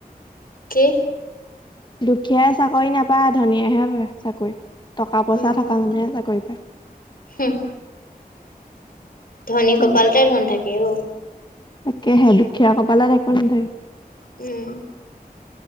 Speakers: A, on the left (about 65°); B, on the left (about 30°).
A: কি?
B: দুখীযাই চাকৰি নাপায় ধনীয়েহে পই চাকৰি টকা পইচা
A: উম
B: থকা মানুহে চাকৰি পায়।
A: হুম ধনী কপালতেই
B: উম।
A: ধন থাকে অ।
B: তাকেহে দুখীয়া কপালে একো নাথাকে
A: উম।